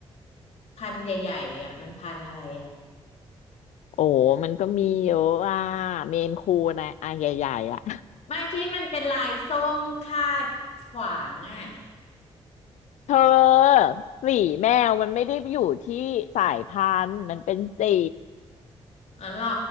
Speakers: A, on the left; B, on the left.
A: พันธุ์ใหญ่ๆอ่ะมันพันธุ์อะไรอ่ะ
B: โอ้ มันก็มีเยอะอ่ะเมนคูนะอ่ะใหญ่ๆอ่ะ
A: ไม่ที่มันเป็นลายส้มคาดขวางอ่ะ
B: เธอสีแมวมันไม่ได้อยู่ที่สายพันธุ์มันเป็นสี
A: อ๋อเหรอ